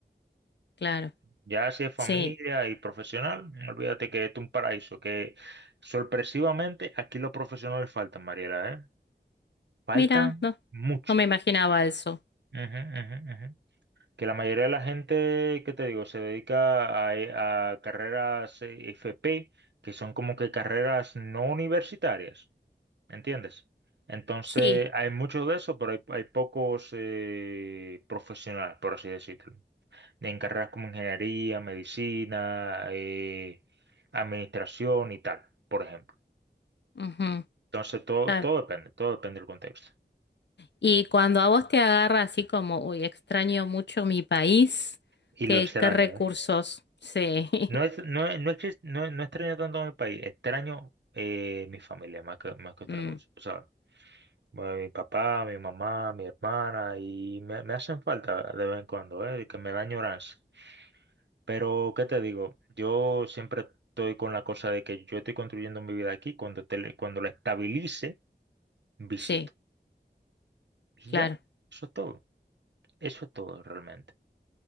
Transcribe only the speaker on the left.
claro,
sí.
Mira, no,
no me imaginaba eso.
Sí,
ujú,
está
Y cuando a vos te agarra así como, uy, extraño mucho mi país,
¿qué,
qué recursos?
Sí, <laughs>
Mm,
sí,
claro.